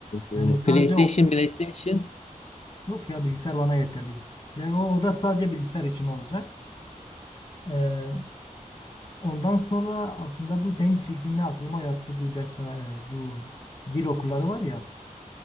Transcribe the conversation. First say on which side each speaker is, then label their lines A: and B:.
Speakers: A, on the left (about 55°); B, on the left (about 30°).
A: Oo,
B: Yani sadece
A: PlayStation,
B: o-
A: PlayStation.
B: yok ya bilgisayar bana yeterli. Yani o oda sadece bilgisayar için olacak. Ee, Ondan sonra aslında bu senin fikrinle aklıma yattı bu ders e, bu dil okulları var ya.